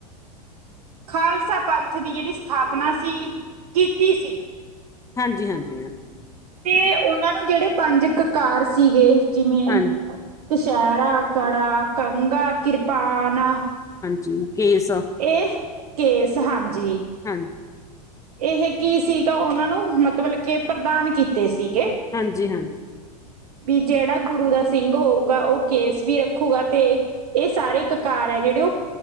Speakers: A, on the right; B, on the left.
A: ਖਾਲਸਾ ਪੰਥ ਦੀ ਜੇਹੜੀ ਸਥਾਪਨਾ ਸੀ। ਕੀਤੀ ਸੀ
B: ਹਾਂਜੀ-ਹਾਂਜੀ-ਹਾਂਜੀ ਮੈਮ।
A: ਤੇ ਓਨਾਂ ਨੂੰ ਜੇਹੜੇ ਪੰਜ ਕਕਾਰ ਸੀਗੇ ਜਿਵੇਂ
B: ਹਾਂਜੀ
A: ਕਸ਼ਹਿਰਾ, ਕੜਾ, ਕੰਘਾ, ਕਿਰਪਾਨ।
B: ਜੀ ਕੇਸ।
A: ਇਹ ਕੇਸ ਹਾਂਜੀ।
B: ਹਾਂਜੀ
A: ਇਹ ਕੀ ਸੀਗਾ, ਓਹਨਾਂ ਨੂੰ ਮਤਲਬ ਕਿ ਪ੍ਰਦਾਨ ਕੀਤੇ ਸੀ।
B: ਹਾਂਜੀ-ਹਾਂਜੀ।
A: ਵੀ ਜਿਹੜਾ ਗੁਰੂ ਦਾ ਸਿੰਘ ਹੋਊਗਾ, ਉਹ ਕੇਸ ਵੀ ਰੱਖੂਗਾ ਤੇ ਏਹ ਸਾਰੇ ਕਕਾਰ ਹੈ ਜਿਹੜੇ ਓ